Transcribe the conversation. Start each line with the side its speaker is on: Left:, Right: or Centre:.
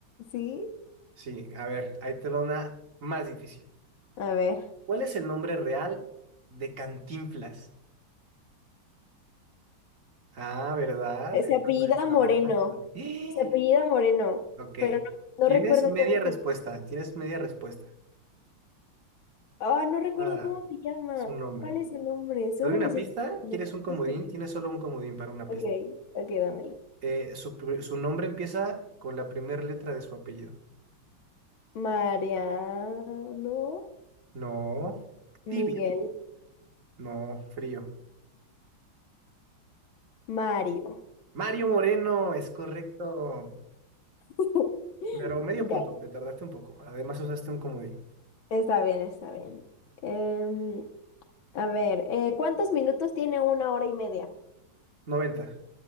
Left: ¿Sí?
Right: Sí, a ver, ahí te va una más difícil.
Left: A ver.
Right: ¿Cuál es el nombre real de Cantinflas? Ah, ¿verdad?
Left: Eh,
Right: Esa
Left: Se apellida
Right: no está
Left: Moreno.
Right: fácil. <gasps> ¡Eh!
Left: Se apellida Moreno.
Right: Ok,
Left: Pero no,
Right: tienes
Left: no recuerdo
Right: media
Left: cómo
Right: respuesta,
Left: se llama.
Right: tienes media respuesta.
Left: Ah, no recuerdo
Right: Ah,
Left: cómo se llama.
Right: su nombre.
Left: ¿Cuál es el nombre? Solo
Right: ¿Te doy una
Left: me sé.
Right: pista?
Left: su
Right: ¿Quieres
Left: apellido.
Right: un comodín?
Left: Sí, sí.
Right: Tienes solo un comodín para una
Left: Ok,
Right: pista.
Left: ok, dámela.
Right: Eh, su, pr- su nombre empieza con la primera letra de su apellido.
Left: Mariano
Right: No,
Left: Miguel
Right: tibio. No, frío.
Left: Mario.
Right: Mario Moreno, es correcto.
Left: <laughs>
Right: Pero medio punto,
Left: ya
Right: te tardaste un poco. Además usaste un comodín.
Left: Está bien, está bien. Em, a ver, eh, ¿cuántos minutos tiene una hora y media?
Right: 90.